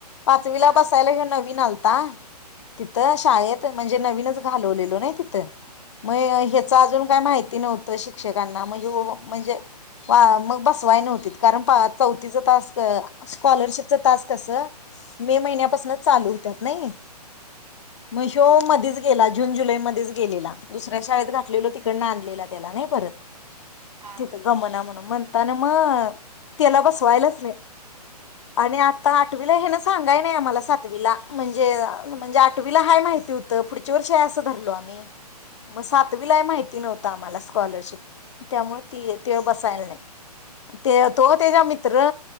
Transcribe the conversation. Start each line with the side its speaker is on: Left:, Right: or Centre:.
Left: पाचवीला
Right: हा
Left: बसायला घेऊ नवीन आलता. तिथ शाळेत म्हणजे नवीनच घालवलेलो न तिथ मग ह्याच अजून काय माहिती नव्हतं शिक्षकांना म्हणजे हो म्हणजे मग बसवाय नव्हती कारण चौथीच तास स्कॉलरशिपच तास कस मे महिन्यापासूनच चालू होतात नाही.... मंग ह्यो मधीच गेला जुन जुलैच मध्ये गेलेला दुसऱ्या शाळेत घातलेलो तिकड ना आणलेला त्याला नाही परत
Right: हा
Left: तिथं गमना म्हणून म्हणताना मग त्याला बसवायलाच आणि आता आठवीला हे ना सांगाय नाही आम्हाला सातवीला म्हणजे म्हणजे आ आटवीला, हाय माहिती होत पुढच्या वर्षी असं धरलो आम्ही म सातवीला
Right: हा
Left: माहिति नव्हतं आम्हाला स्कॉलरशिप, त्यामुळे ति ते बसायला नाही ते तो तेचा मित्र